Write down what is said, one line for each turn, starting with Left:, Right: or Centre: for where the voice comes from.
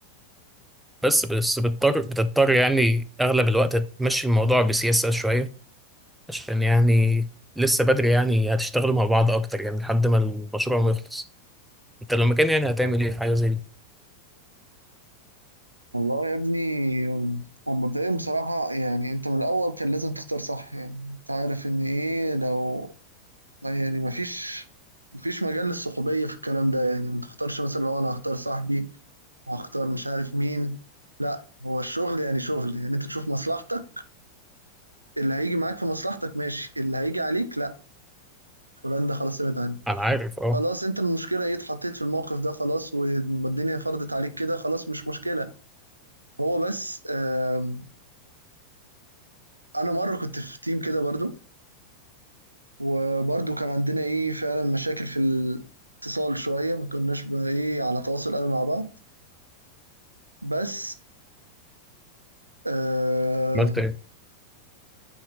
Centre: بس بس بتضطر بتضطر يعني اغلب الوقت تمشي الموضوع بسياسه شويه عشان يعني لسه بدري يعني هتشتغلوا مع بعض اكتر يعني لحد ما المشروع ما يخلص انت لو مكان يعني هتعمل ايه في حاجه زي دي
Right: والله يا ابني هو مبدئيا بصراحة يعني انت من الاول كان لازم تختار صح يعني انت عارف ان ايه لو والله يعني مفيش مفيش مجال للصحوبية في الكلام ده يعني ما تختارش مثلا لو أنا هختار صاحبي وهختار مش عارف مين لا هو الشغل يعني شغل يعني أنت تشوف مصلحتك اللي هيجي معاك في مصلحتك ماشي اللي هيجي عليك لا فلان ده خلاص ابعد عنه
Centre: انا عارف اه
Right: خلاص أنت المشكلة إيه اتحطيت في الموقف ده خلاص والدنيا فرضت عليك كده خلاص مش مشكلة هو بس آم، أنا مرة كنت في تيم كده برضو وبرضو كان عندنا إيه فعلا مشاكل في الاتصال شوية ما كناش بقى إيه على تواصل قوي مع بعض بس آه
Centre: عملت ايه